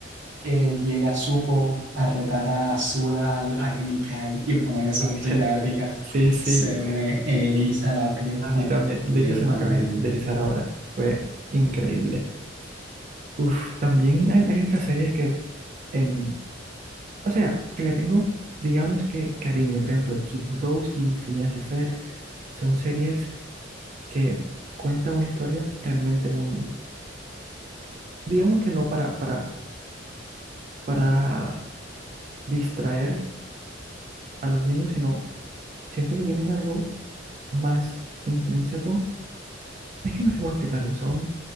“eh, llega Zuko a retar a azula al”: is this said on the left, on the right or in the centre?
Right